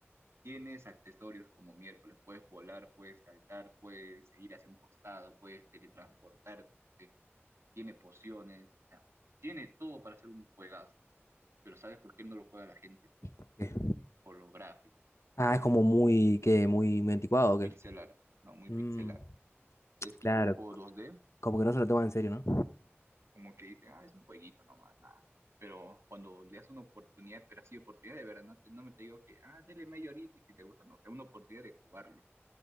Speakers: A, on the right; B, on the left.
A: Tienes accesorios como miércoles, puedes volar, puedes saltar, puedes ir hacia un costado, puedes teletransportarte, tiene pociones, o sea, tiene todo para hacer un juegazo. Pero ¿sabes por qué no lo juega la gente?
B: Porque-
A: Por lo gráfico,
B: Ah, es como muy, que muy, muy anticuado, ¿o qué?
A: pixel art, no, muy
B: Mm,
A: pixel art. Es tipo
B: claro.
A: un juego 2D,
B: Como que no se lo toman en serio, ¿no?
A: como que dicen, ah, es un jueguito nomás, nada. Pero cuando le das una oportunidad, pero así oportunidad de verdad, no, te- no me te digo que, ah, dele media horita y si te gusta, no, o sea, una oportunidad de jugarlo.